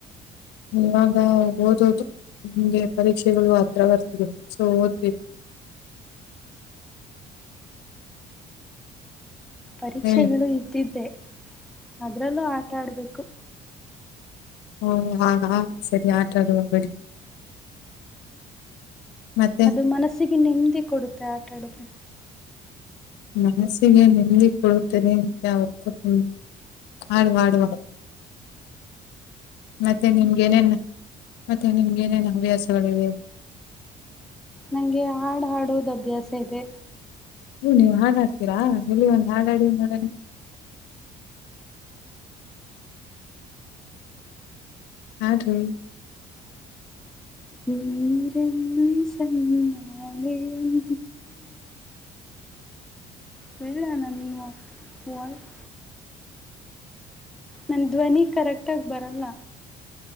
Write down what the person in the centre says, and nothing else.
ಪರೀಕ್ಷೆಗಳು
ಇದ್ದಿದ್ದೆ ಅದ್ರಲ್ಲೂ ಆಟ ಆಡ್ಬೇಕು.
ಅದು ಮನಸ್ಸಿಗೆ ನೆಮ್ದಿ ಕೊಡುತ್ತೆ ಆಟ ಆಡಿದ್ರೆ
ನಂಗೆ ಹಾಡ್ ಹಾಡೋದು ಅಭ್ಯಾಸ ಇದೆ
ನೀರಲ್ಲಿ ಸಣ್ಣ ಅಲೆಯೊನ್ <unintelligible> ನನ್ <unintelligible> ನನ್ ಧ್ವನಿ ಕರೆಕ್ಟಾಗ್ ಬರೋಲ್ಲ